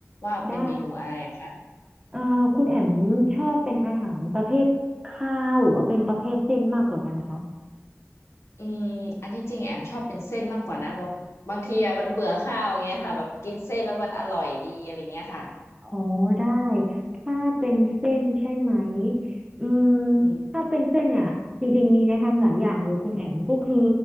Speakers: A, on the left; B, on the right.
A: ว่าเป็นเมนูอะไรอะคะ
B: ได้เอ่อคุณแอมชอบเป็นอาหารประเภทข้าวหรือว่าเป็นประเภทเส้นมากกว่ากันคะ
A: อืมอันที่จริงแอมชอบเป็นเส้นมากกว่านะบอกบางทีอะมันเบื่อข้าวอย่างเงี้ยค่ะแบบกินเส้นแล้วมันอร่อยดีอะไรเงี้ยค่ะ
B: อ๋อได้ถ้าเป็นเส้นใช่ไหมอืม
A: อืม
B: ถ้าเป็นเส้นเนี่ยจริงๆมีแนะนำหลายอย่างเลยคุณแอมก็คือ